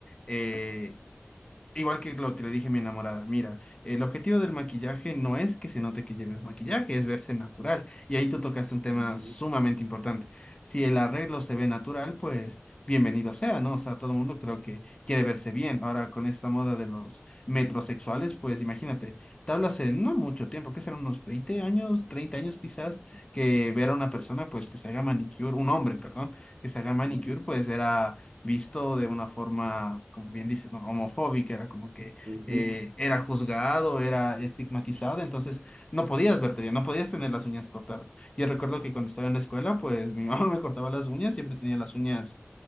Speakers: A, on the left (about 20°); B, on the right (about 50°).
A: eh, Igual que lo que le dije a mi enamorada, mira, el objetivo del maquillaje no es que se note que lleves maquillaje, es verse natural. Y ahí tú tocaste un tema
B: Ujú,
A: sumamente importante. Si el arreglo se ve natural, pues bienvenido sea, ¿no? O sea, todo el mundo creo que quiere verse bien. Ahora, con esta moda de los metrosexuales, pues imagínate, te hablo hace no mucho tiempo, que serán unos 20 años, 30 años quizás, que ver a una persona, pues que se haga manicure, un hombre, perdón, que se haga manicure,
B: ujú.
A: pues era visto de una forma, como bien dices, ¿no? homofóbica, era como que
B: Ujú.
A: eh, era juzgado, era estigmatizado, entonces no podías verte bien, no podías tener las uñas cortadas. Yo recuerdo que cuando estaba en la escuela, pues mi mamá <laughs> me cortaba las uñas, siempre tenía las uñas